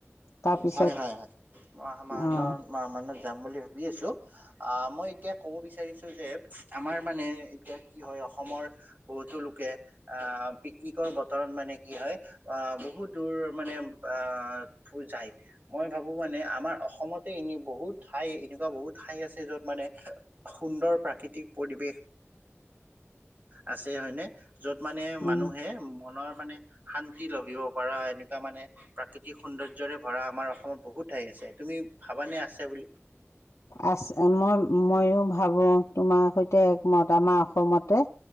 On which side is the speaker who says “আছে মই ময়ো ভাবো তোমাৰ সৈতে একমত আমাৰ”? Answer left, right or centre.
Left